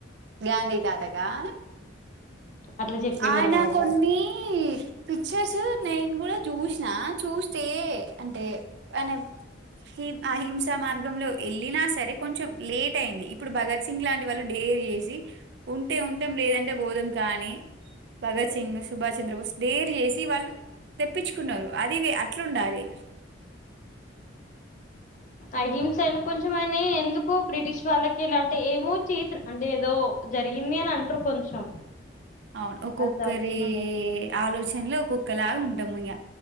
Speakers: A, on the right; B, on the left.
A: గాంధీ తాతక్ ఆ
B: అట్లా చెప్పిండనమాట
A: ఆయన కొన్ని పిక్చర్స్ నేన్ గుడ జుశ్నా చూస్తే అంటే అనే ఇ అహింస మార్గంలో ఎళ్ళిన సరే కొంచెం లేట్ అయింది. ఇప్పుడు భగత్ సింగ్ లాంటి వాళ్ డేర్ జెస్ సి ఉంటే ఉంటం లేదంటె బోధం కానీ భగత్ సింగ్, సుభాష్ చంద్రబొస్ డేర్ జేసి వాళ్ తెప్పించుకున్నరు అది వె అట్లుండాలె
B: అహింస అను కొంచెం ఆయనే ఎందుకో బ్రిటిష్ వాళ్ళకెల అంటే ఏమో చేసిం అంటె ఎదో జరిగింది అని అంటరు కొంచెం
A: ఔన్ ఒక్కొక్కరీ
B: అది జరుగుతున్నట్టు
A: ఆలోచన్లు ఒక్కొక్కలాగ ఉంటాము ఇగ